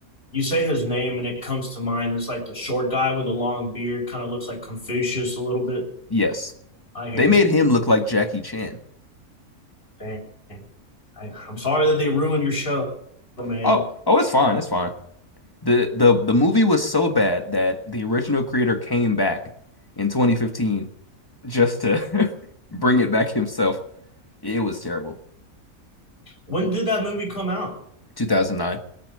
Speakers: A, on the left; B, on the left.
A: you say his name and it comes to mind. It's like the short guy with the long beard, kind of looks like Confucius a little bit.
B: Yes.
A: I hear
B: They made
A: you.
B: him look like Jackie Chan.
A: Dang. I, I'm sorry that they ruined your show, man.
B: Oh, oh, it's fine, it's fine. The the the movie was so bad that the original creator came back in 2015 just to <laughs> bring it back himself. It was terrible.
A: When did that movie come out?
B: 2009.